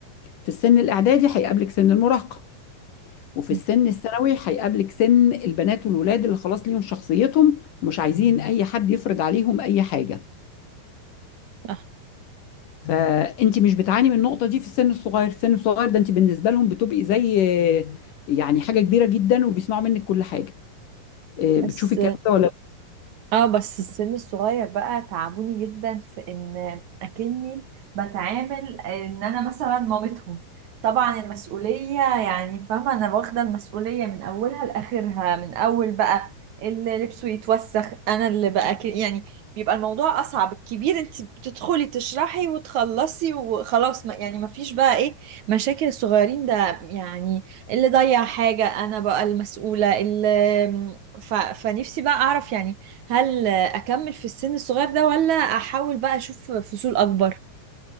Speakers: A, on the left; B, on the right.
A: في السن الإعدادي هيقابلك سن المراهقة وفي السن
B: أوكي.
A: الثانوي هيقابلك سن البنات والولاد اللي خلاص ليهم شخصيتهم ومش عايزين أي حد يفرض عليهم أي حاجة
B: صح
A: فأنت مش بتعاني من النقطة دي في السن الصغير السن الصغير ده أنت بالنسبة لهم بتبقي زي يعني حاجة كبيرة جدا وبيسمعوا منك كل حاجة إيه،
B: بس
A: بتشوفي الكلام ده ولا
B: اه بس السن الصغير بقى تعبوني جدا في ان اكني بتعامل ان انا مثلا مامتهم طبعا المسؤولية يعني فاهمة انا واخدة المسؤولية من اولها لاخرها من اول بقى اللي لبسه يتوسخ انا اللي بقى كده يعني بيبقى الموضوع اصعب الكبير انت بتدخلي تشرحي وتخلصي وخلاص ما يعني ما فيش بقى ايه مشاكل الصغيرين ده يعني اللي ضيع حاجة انا بقى المسؤولة اللي ف... فنفسي بقى اعرف يعني هل اكمل في السن الصغير ده ولا احاول بقى اشوف فصول اكبر